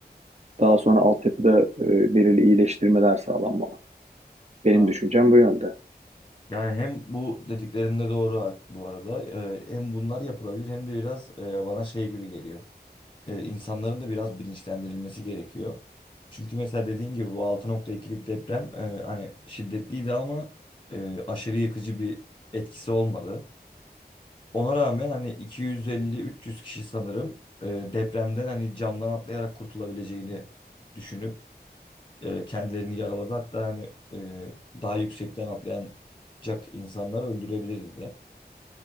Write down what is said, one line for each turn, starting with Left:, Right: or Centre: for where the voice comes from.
Right: Daha sonra altyapıda e, belirli iyileştirmeler sağlanmalı. Benim
Left: Ha.
Right: düşüncem bu yönde.
Left: Yani hem bu dediklerinde doğru ha- bu arada. Ee, hem bunlar yapılabilir hem de biraz e, bana şey gibi geliyor. e, insanların da biraz bilinçlendirilmesi gerekiyor. Çünkü mesela dediğim gibi bu altı nokta ikilik deprem e, hani şiddetliydi ama e, aşırı yıkıcı bir etkisi olmadı. Ona rağmen hani 250-300 kişi sanırım e, depremden hani camdan atlayarak kurtulabileceğini düşünüp e, kendilerini yaraladı. Hatta hani e, daha yüksekten atlayacak insanları öldürebilirdi de.